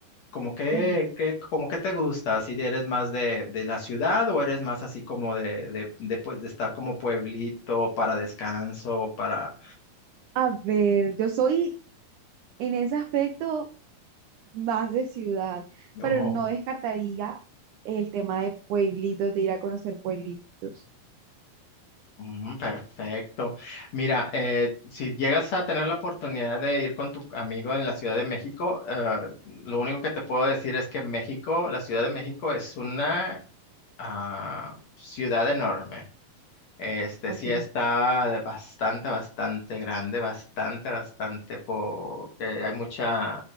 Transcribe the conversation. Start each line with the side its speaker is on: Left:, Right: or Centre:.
Left: ¿Cómo que,
Right: Ujú.
Left: que, como que te gusta? ¿Si eres más de, de la ciudad o eres más así como de, de, de, pues, de estar como pueblito para descanso, para...
Right: A ver, yo soy en ese aspecto más de ciudad, pero
Left: ojo?
Right: no descartaría el tema de pueblitos, de ir a conocer pueblitos.
Left: Mm, Perfecto. Mira, eh, si llegas a tener la oportunidad de ir con tu amigo en la Ciudad de México, eh, lo único que te puedo decir es que México, la Ciudad de México es una ah, ciudad enorme. Este
Right: Ok,
Left: sí está de bastante, bastante grande, bastante, bastante, porque hay mucha,